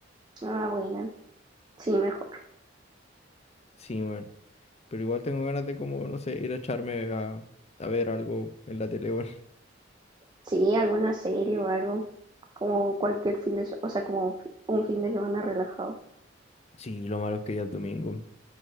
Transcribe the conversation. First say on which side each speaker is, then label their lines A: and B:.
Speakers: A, on the right; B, on the left.
A: Ah, buena, sí, mejor.
B: Sí, weón. Pero igual tengo ganas de como, no sé, ir a echarme a, a ver algo en la tele, weón.
A: Sí, alguna serie o algo, como cualquier fin de semana, o sea, como fi- un fin de semana relajado.
B: <laughs> Sí, lo malo es que ya es domingo, no